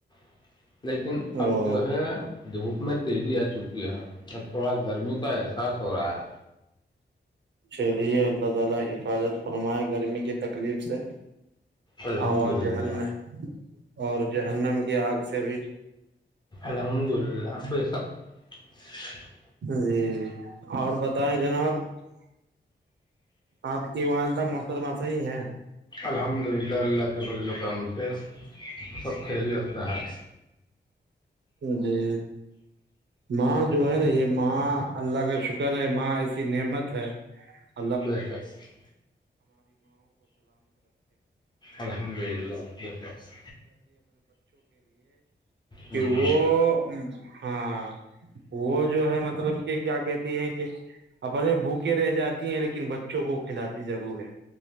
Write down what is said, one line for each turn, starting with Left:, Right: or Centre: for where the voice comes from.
Left: <unintelligible> لیکن
Right: او
Left: اب جو ہے میں تیزی آ چکی ہے اب تھوڑا گرمی کا احساس ہو رہا ہے
Right: چلیے اللہ تعالی حفاظت فرمائے گرمی کی تکلیف سے
Left: الحمد
Right: اور
Left: للہ
Right: جہن اور جو ہنم کی آگ سے بھی
Left: الحمد للہ بے سک ا <unintelligible>
Right: جی ج اور بتائیں جناب <unintelligible> آپ کی والدہ متر ماسا ہی ہے
Left: الحمد للہ اللہ کے فضل و کرم سے سب خیری رفتا ہے
Right: جی م جو ہے نا یہ ماں اللہ کا شکر ہے ماں ایسی نعمت ہے <inaudible>
Left: بے شک الحمد للہ بے شک ہوں،
Right: کہ وہ ہاں وہ جو ہے مطلب کہ کیا کہتی ہیں کہ بلے بھوکے رہ جات ہیں لیکن بچے بچوں کو کھلاتی ضرور ہے